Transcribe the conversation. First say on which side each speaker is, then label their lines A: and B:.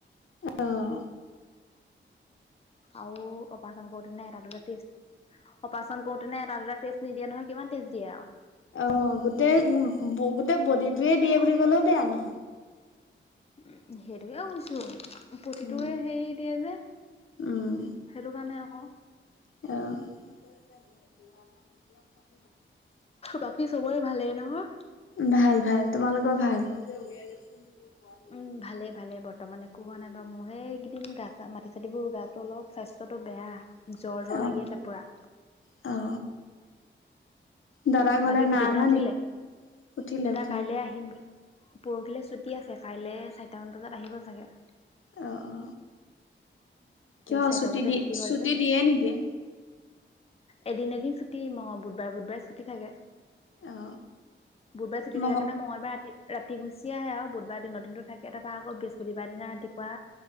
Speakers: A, on the left; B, on the left.
A: আহ
B: আও অপাৰচন কৰোতেনে তাতো ত ত্ৰিচ অপাৰেচন কৰোতেনে এটা দুটা টেষ্ট নিদিয়ে নহয়, কিমান টেষ্ট দিয়ে আও।
A: অ গোটেই গোটেই বডিটোয়ে দিয়ে বুলি কলেও বেয়া নহয়।
B: উ সেইটোকে কৈছো প্ৰতিটোয়ে
A: উম
B: হেৰি দিয়ে যে।
A: উম
B: সেইটো কাৰণে আক।
A: অ
B: বাকী চবৰে ভালেই নহয়?
A: ভাল ভাল, তোমালোকৰ ভাল? নিজে উলিয়াই লৈছে নিজেও কোৱা
B: উম ভালে ভালে বৰ্তমান একো হোৱা নাই বাৰু মোৰ সেই এইকেইদিন গা চা মাটি চাতিবোৰ গাটো অলপ স্বাস্থ্যটো বেয়া জ্বৰ জ্বৰ
A: অ
B: লাগি আছে পুৰা।
A: অ দাদা ঘৰলে
B: বাকী
A: নাই
B: খেতি
A: আহা
B: পথাৰ উঠিলে,
A: নি উঠিলে
B: দাদা
A: উঠিলে
B: কাইলে আহিম বুলি পৰহিলৈ ছুটি আছে কাইলে চাৰিটামান বজাত আহিব চাগে।
A: অ অ কিয়
B: এই চাৰিটা
A: ছুটী
B: বজাতে
A: দি
B: ছুটি হয়
A: ছুটী
B: যে
A: দিয়ে নিদিয়ে?
B: এদিন এদিন ছুটি, ম বুধবাৰে বুধবাৰে ছুটি থাকে।
A: অ
B: বুধবাৰে ছুটি
A: মঙ
B: থাকে কাৰণে মঙলবাৰে ৰাতি ৰাতি গুচি আহে আও বুধবাৰ দিনৰ দিনটো থাকে, তাৰপা আকৌ বৃহস্পতিবাৰ দিনা ৰাতিপুৱা